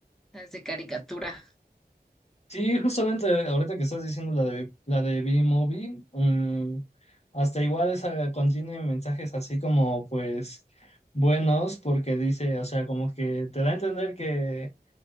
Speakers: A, in the centre; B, on the left.
A: las de caricatura.
B: Sí, justamente ahorita que estás diciendo la de la de B-Movie, mm, hasta igual esa contiene mensajes así como pues buenos porque dice, o sea, como que te da a entender que